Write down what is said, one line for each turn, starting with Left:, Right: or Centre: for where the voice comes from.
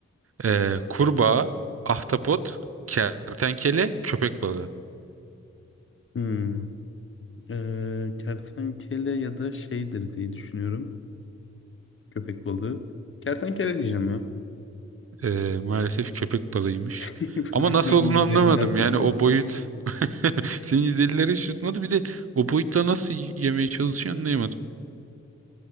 Right: Ee, kurbağa, ahtapot, kertenkele, köpek balığı.
Left: Hmm. Ee, kertenkele ya da şeydir diye düşünüyorum. Köpek balığı. Kertenkele diyeceğim ya.
Right: Ee, maalesef köpek balığıymış.
Left: <laughs>
Right: Ama
Left: Benim
Right: nasıl
Left: de
Right: olduğunu
Left: bir izlenimler
Right: anlamadım.
Left: tutmadı.
Right: Yani o boyut.
Left: <laughs>
Right: <laughs> Senin 150'lere şutmadı. Bir de o boyutla nasıl yemeye çalışıyor